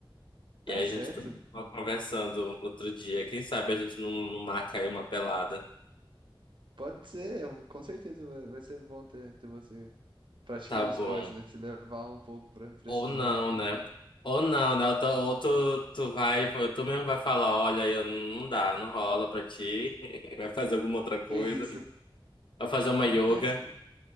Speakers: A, on the right; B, on the left.
A: tá
B: E aí
A: certo.
B: a gente continua conversando outro dia. Quem sabe a gente não, não marca aí uma pelada.
A: Pode ser, eu- com certeza vai, vai ser bom ter, ter você praticando
B: Tá
A: esportes,
B: bom.
A: né? Te levar um pouco pra, pra
B: Ou
A: esse mundo.
B: não,
A: <laughs>
B: né? Ou não, né? Ou tu, ou tu tu vai, tu mesmo vai falar, olha, eu não dá, não rola pra ti. <laughs> Vai fazer alguma outra
A: Que
B: coisa.
A: isso,
B: Vai fazer uma yoga.
A: <laughs> que,